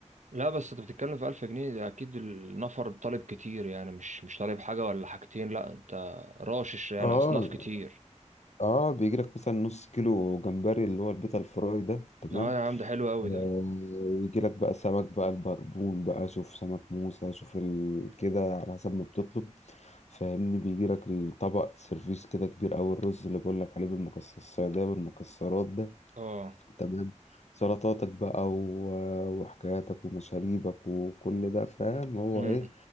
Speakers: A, on the right; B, on the left.
A: لا بس انت بتتكلم في 1000 جنيه ده اكيد النفر طالب كتير يعني مش مش طالب حاجة ولا حاجتين لا انت راشش يعني
B: اه
A: اصناف كتير
B: اه بيجي لك مثلا نص كيلو جمبري اللي هو البيتا الفراي ده تمام
A: اه يا عم ده حلو قوي
B: ويجي
A: ده
B: لك بقى السمك بقى البربون بقى شوف سمك موسى شوف ال... كده على حسب ما بتطلب فاهمني بيجي لك الطبق سيرفيس كده كبير أوي الرز اللي بقول لك عليه بالمكسرات السعودية بالمكسرات ده
A: اه
B: تمام سلطاتك بقى و... آه، وحكاياتك ومشاريبك وكل ده فاهم هو
A: امم
B: ايه